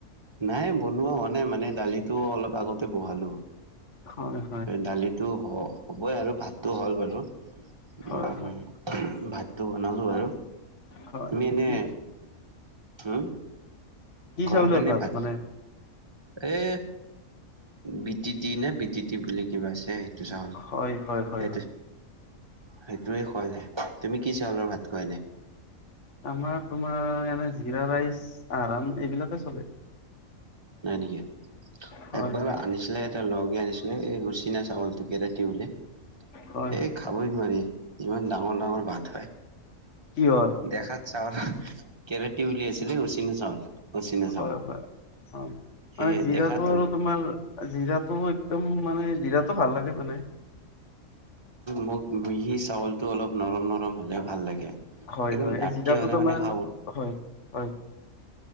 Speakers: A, on the right (about 20°); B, on the left (about 60°).
A: নাই বনোৱা হোৱা নাই মানে দালিটো অলপ আগতে বহালো
B: হয় হয়
A: দালিটো হ হ'বই আৰু ভাতটো হ'ল বাৰু উ
B: হয় হয়
A: ভাতটো বনালো আৰু
B: হয়।
A: মাননে
B: কি
A: হ
B: কি
A: ঘৰত
B: চাউলৰ
A: এনেই ভাত
B: মানে?
A: এ বিটি তি নে টিটি বুলি কিবা আছে চাউল
B: হয় হয় হয়
A: সেইটো সেইটোৱে খোৱা যায় তুমি কি চাউলৰ ভাত খোৱা এনে
B: আমাৰ তোমাৰ এনে জিৰা ৰাইচ আৰাম এইবিলাকে চলে
A: হয় নেকি
B: হয়
A: একবাৰ
B: হয়
A: আনিছিলে এটা লগে আনিছিলে এই গুচিনা চাউলটো কেনে টাবলে
B: হয়
A: এ খাবই নোৱাৰি ইমান ডাঙৰ ডাঙৰ ভাত হয়
B: কিহৰ?
A: দেখাত চাউল কেৰাটি উল আছিলে উচিনা চাউল উচিনা
B: হয়
A: চাউল
B: হয় হয়। মানে
A: এ
B: জিৰাটো
A: দেখাত ধুন
B: আৰু তোমাৰ জিৰাটো একদম মানে জিৰাতো ভাল লাগে মানে
A: মোক মিহি চাউলটো অলপ নৰম নৰম হলে ভাল লাগে
B: হয়
A: একদম
B: হয়
A: ডাঠকে
B: এই জেগটো
A: হ'লে
B: তোমাৰ
A: মানে খাব
B: হয় হয়